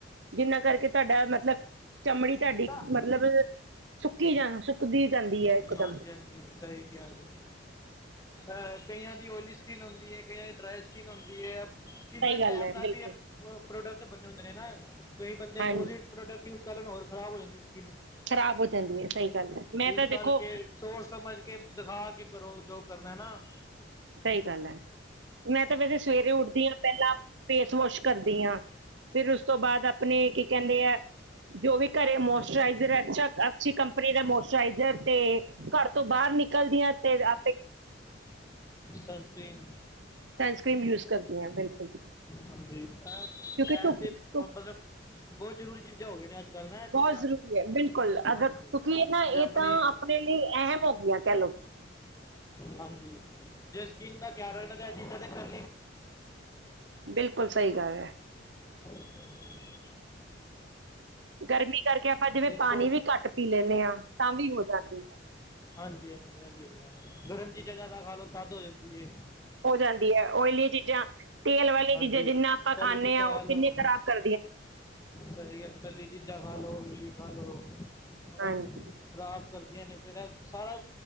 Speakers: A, on the right (about 75°); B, on the left (about 20°).
A: ਜਿੰਨਾਂ ਕਰਕੇ ਤੁਹਾਡਾ ਮਤਲਬ ਚਮੜੀ ਤੁਹਾਡੀ
B: ਕਿੱਦਾਂ
A: ਮਤਲਬ ਸੁੱਕੀ ਜਾਂ ਸੁੱਕਦੀ ਜਾਂਦੀ ਹੈ ਇਕਦਮ
B: ਹਾਂਜੀ ਹਾਂਜੀ ਸਹੀ ਕਿਹਾ ਜੀ ਅਹ ਕਈਆਂ ਦੀ ਓਇਲਿਸ ਸਕਿਨ ਹੁੰਦੀ ਹੈ ਕਈਆਂ ਦੀ ਡਰਾਈ ਸਕਿਨ ਹੁੰਦੀ ਹੈ ਸਕਿਨ
A: ਸਹੀ ਗੱਲ
B: ਟੈਪ
A: ਹੈ
B: ਨਾਲ
A: ਬਿਲਕੁਲ
B: ਵੀ ਪ੍ਰੋਡਕਟ ਬੰੇ ਹੁੰਦੇ ਨੇ ਹਨ ਨਾ ਕਈ ਬੰਦੇੋ
A: ਹਾਂਜੀ
B: ਪ੍ਰੋਡਕਟ ਯੂਜ ਕਰਨ ਹੋਰ ਖਰਾਬ ਹੋ ਜਾਂਦੇ ਸੀ <unintelligible> ਕਿ
A: ਖ਼ਰਾਬ ਹੋ ਜਾਂਦੀ ਹੈ ਸਹੀ ਗੱਲ ਹੈ ਮੈਂ ਤਾਂ
B: ਇਸ
A: ਦੇਖੋ
B: ਕਰਕੇ ਸੋਚ ਸਮਝ ਕੇ ਦਿਖਾ ਕੇ ਕਰੋ ਜੋ ਕਰਨਾ ਨਾ
A: ਸਹੀ ਗੱਲ ਹੈ ਮੈਂ ਤਾਂ ਵੇਸੇ ਸਵੇਰੇ ਉੱਠਦੀ ਹਾਂ ਪਹਿਲਾਂ ਫੇਸ ਵਾਸ਼ ਕਰਦੀ ਹਾਂ। ਫਿਰ ਉਸ ਤੋਂ ਬਾਅਦ ਆਪਣੇ ਕੀ ਕਹਿੰਦੇ ਆ? ਜੋ ਵੀ ਘਰੇ ਮੋਇਸਚਰਾਈਜ਼ਰ ਅੱਛਾ ਅੱਛੀ ਕੰਪਨੀ ਦਾ ਮੋਸਚਰਾਈਜ਼ਰ ਤੇ ਘਰ ਤੋਂ ਬਾਹਰ ਨਿਕਲ। ਨਿਕਲਦੀਆਂ ਤੇ ਆਪੇ
B: ਸਨਸਕ੍ਰੀਨ
A: ਸਨਸਕ੍ਰੀਨ ਯੂਜ ਕਰਦੀ ਹਾਂ ਬਿਲਕੁਲ
B: ਹਾਂਜੀ ਇਹ
A: ਕਿਉਂਕਿ ਧੁੱਪ
B: ਤੇ
A: ਧੁੱਪ
B: ਮਤਲਬ ਬਹੁਤ ਜ਼ਰੂਰੀ ਚੀਜ਼ਾਂ ਹੋ ਗਈ ਨੇ ਅੱਜ ਕੱਲ੍ਹ ਨਾ ਇਹ ਚੀਜ਼ਾਂ
A: ਬਹੁਤ ਜ਼ਰੂਰੀ ਹੈ ਬਿਲਕੁਲ ਅਗਰ
B: ਹਾਂਜੀ
A: ਕਿਉਂਕਿ ਇਹ ਨਾ ਇਹ
B: ਜੇ ਆਪਣੀ
A: ਤਾਂ ਆਪਣੇ ਲਈ ਅਹਿਮ ਹੋ ਗਈਆਂ ਕਹਿ ਲਓ <inaudible> <inaudible>
B: ਹਾਂਜੀ ਜੇ ਸਕਿਨ ਦਾ ਧਿਆਨ ਰੱਖਣ
A: ਬਿਲਕੁਲ ਸਹੀ ਗੱਲ ਹੈ
B: ਹਾਂਜੀ
A: ਗਰਮੀ ਕਰਕੇ ਕਿ ਆਪਾਂ ਜਿਵੇਂ
B: ਦੇਖੋ
A: ਪਾਣੀ ਵੀ ਘੱਟ ਪੀ ਲੈਂਦੇ ਹਾਂ ਤਾਂ ਵੀ ਹੋ ਜਾਂਦੀ ਹੈ।
B: ਹਾਂਜੀ ਹਾਂਜੀ ਇਹ ਵੀ ਹੈਗਾ ਗਰਮ ਚੀਜ਼ਾਂ ਜ਼ਿਆਦਾ ਖਾ ਲੋ ਤੱਦ ਹੋ ਜਾਂਦੀ ਏ
A: ਹੋ ਜਾਂਦੀ ਹੈ ਓਇਲੀਆਂ ਚੀਜ਼ਾਂ ਤੇਲ ਵਾਲੀਆਂ
B: ਹਾਂਜੀ
A: ਚੀਜ਼ਾਂ ਜਿੰਨਾ ਆਪਾਂ
B: ਤਲੀ
A: ਖਾਂਦੇ
B: ਚੀਜ਼ਾਂ
A: ਹਾਂ ਉਹ
B: ਖਾ ਲਓ
A: ਕਿੰਨੇ ਖਰਾਬ ਕਰ
B: ਸਹੀ ਹੈ ਤੱਲੀ ਚੀਜ਼ਾਂ ਖਾ ਲੋੋ ਔਲੀ ਖਾ ਲੋ ਮਤਲਬ
A: ਹਾਂਜੀ
B: ਖਰਾਬ ਕਰ ਜੀ ਹਾਂਜੀ ਸਾਰਾ